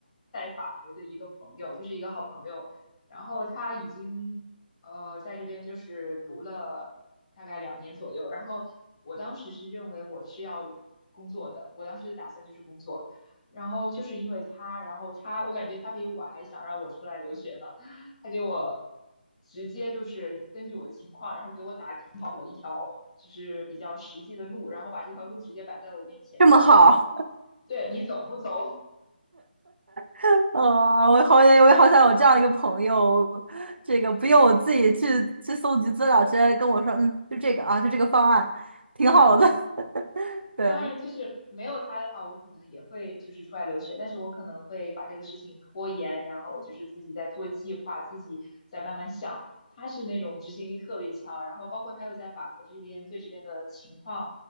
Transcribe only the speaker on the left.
法国的一个朋友，就是一个好朋友，然后他已经呃在这边就是读了大概两年左右，然后我当时是认为我是要工作的，我当时的打算就是工作，然后就是因为他，然后他我感觉他比我还想让我出来留学呢，他给我直接就是根据我的情况，然后给我打听好了一条就是比较实际的路，然后把这条路直接摆在了我面前，
就问我对你走不走？
嗯。
当然，就是没有他的话，我可能也会就是出来留学，但是我可能会把这个事情拖延，然后就是自己在做计划，自己在慢慢想。他是那种执行力特别强，然后包括他又在法国这边，对这边的情况